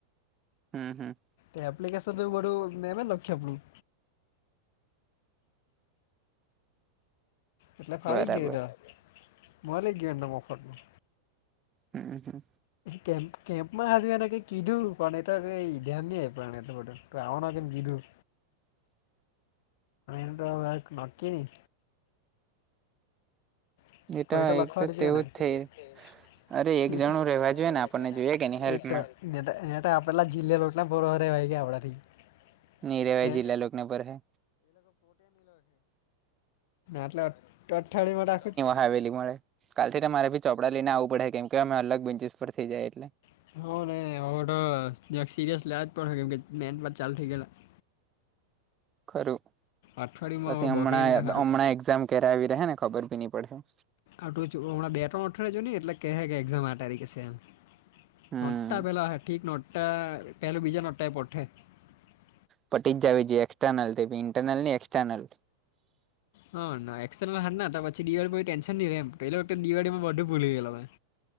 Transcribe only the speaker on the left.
એ એપ્લિકેશન બરું મે એમ લખ્યા આપડું. એટલે ફાવી
ગયોને મળરી ગયા એને મફતનું.
કેમ્પ કેમ્પમાં હજુ એને કે કીધું પણ એટ ધ્યાન નં પણ એટ બધું. તો આવવાના કેમ કીધું.
મ તો નકી ન કોઈટ
લખવાનીજ
એને.
એક જણું
રેવા
જોઈએ
ને
આપણને.
ને નેટ પેલા જિલ્લાલોટલા બરો હરેવાય ગયા આપણાથી. <unintelligible>
ના
એટલે અઠાળી માં રાખું છ
<unintelligible>
અઠવાડિયુંમાં
હવે
બગડે નહીં તો હારું
આટલું હમણાં બે ત્રણઠવાડિયા જો ને એટલે કહે કે એક્ઝામ આ તારીખે છે એમ <unintelligible>
હા ના એક્સટર્નલ ના હતા પછી દિવાળી કોઈ ન્ન નહી રેમ પે વખતે દિવાળીમાં બધું ભૂલી ગયેું